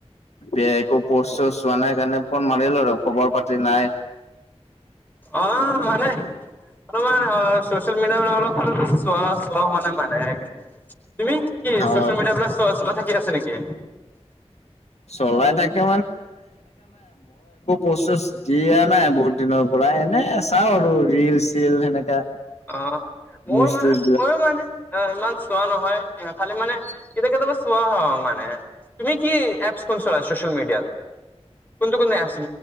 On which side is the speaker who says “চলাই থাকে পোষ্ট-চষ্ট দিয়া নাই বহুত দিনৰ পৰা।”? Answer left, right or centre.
Left